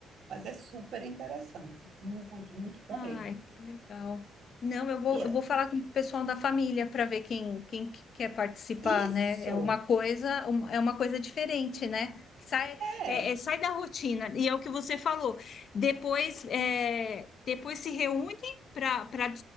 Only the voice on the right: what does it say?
Mas é super interessante. Muito, muito bom
mesmo.
E
é-
isso
é,